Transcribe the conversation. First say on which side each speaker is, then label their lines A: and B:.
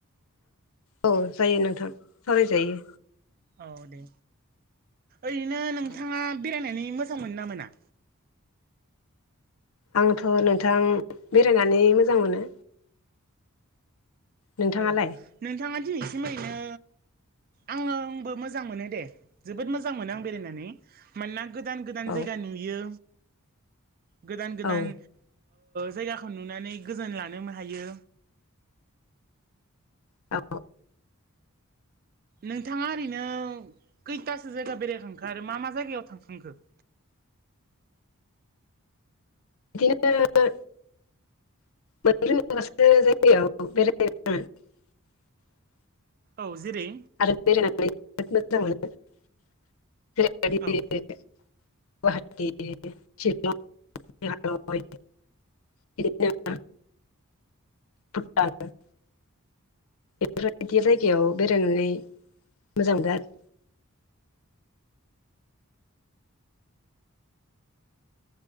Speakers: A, on the left (about 70°); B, on the right (about 40°).
A: औ जायो नोंथां सावरायजायो
B: औ दे ओरैनो नोंथाङा
A: औ
B: बेरायनानै मोजां मोनो ना मोना
A: आंथ' नोंथां बेरायनानै मोजां मोनो नोंथाङालाय
B: औ नोंथाङा दिनैसिम ओरैनो आङो आंबो मोजां मोनो दे जोबोद मोजां मोनो आं बेरायनानै मानोना गोदान गोदान
A: औ
B: जायगा नुयो गोदान गोदान
A: औ
B: जायगाखौ नुनानै गोजोन लानो हायो
A: औ
B: नोंथाङा ओरैनो खैथासो जायगा बेरायखांखो आरो मा मा जायगायाव थांखांखो <inaudible>
A: बिदिनो <unintelligible>
B: औ जेरै
A: आरो <unintelligible> गुवाहाटि
B: औ
A: शिलं मेघालय बिदिनो <unintelligible> बेफोरबायदि जायगायाव बेरायनानै मोजां मोनदों आरो